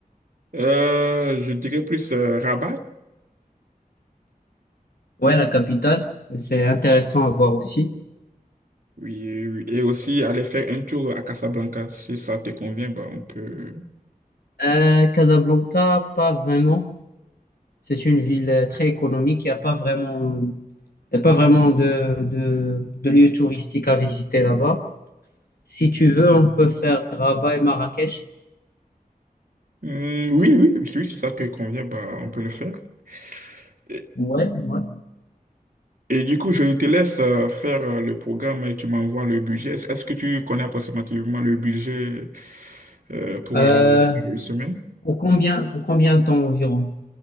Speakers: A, on the right; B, on the left.
A: Euh, je dirais plus euh, Rabat,
B: Ouais, la capitale, c'est intéressant à voir aussi.
A: oui, oui. et aussi aller faire un tour à Casablanca. Si ça te convient, bah, on peut.
B: Euh, Casablanca, pas vraiment. C'est une ville euh, très économique. Il n'y a pas vraiment, il y a pas vraiment de, de, de lieux touristiques à visiter là-bas. Si tu veux, on peut faire Rabat et Marrakech.
A: Hmm, oui, oui, si, oui, si ça te convient, bah, on peut le faire. Et,
B: Ouais, ouais.
A: et du coup, je te laisse euh, faire euh, le programme et tu m'envoies le budget. Est-ce est-ce que tu connais approximativement le budget euh, pour
B: Euh,
A: aller une semaine?
B: pour combien, pour combien de temps environ?